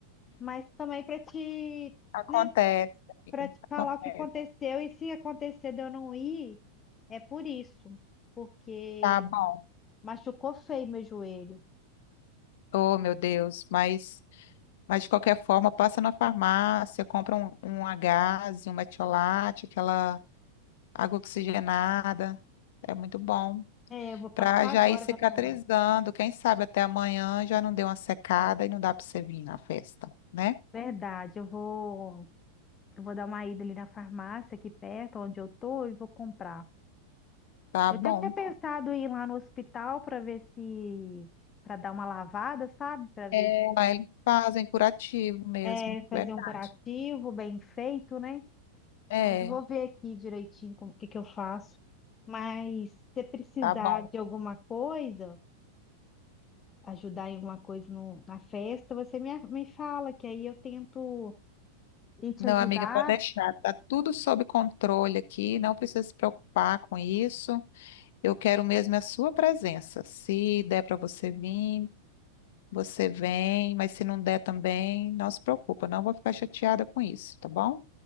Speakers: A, on the left (about 25°); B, on the left (about 55°).
A: mas também para te,
B: Acontece,
A: né,
B: amiga.
A: para te falar
B: Acontece.
A: o que aconteceu e se acontecer de eu não ir, é por isso, porque
B: Tá bom.
A: machucou feio meu joelho.
B: Oh, meu Deus, mas, mas de qualquer forma, passa na farmácia, compra um, um Agase, um metiolate, aquela água oxigenada. É muito bom.
A: É, eu vou passar
B: Pra já
A: agora
B: ir cicatrizando.
A: na farmácia.
B: Quem sabe até amanhã já não deu uma secada e não dá pra você vir na festa, né?
A: Verdade, eu vou, eu vou dar uma ida ali na farmácia aqui perto, onde eu tô, e vou comprar.
B: Tá
A: Eu
B: bom.
A: até tinha pensado em ir lá no hospital para ver se, para dar uma lavada, sabe? Para ver
B: É,
A: se
B: Lá eles fazem curativo mesmo,
A: é fazer
B: verdade.
A: um curativo bem feito, né?
B: É,
A: Mas eu vou ver aqui direitinho como o que que eu faço. Mas se você precisar
B: tá bom.
A: de alguma coisa, ajudar em alguma coisa no- na festa, você me, me fala, que aí eu tento ir te
B: Não,
A: ajudar.
B: amiga, pode deixar. Tá tudo sob controle aqui, não precisa se preocupar com isso. Eu quero mesmo é a sua presença. Se der para você vir, você vem, mas se não der também, não se preocupa, não vou ficar chateada com isso, tá bom?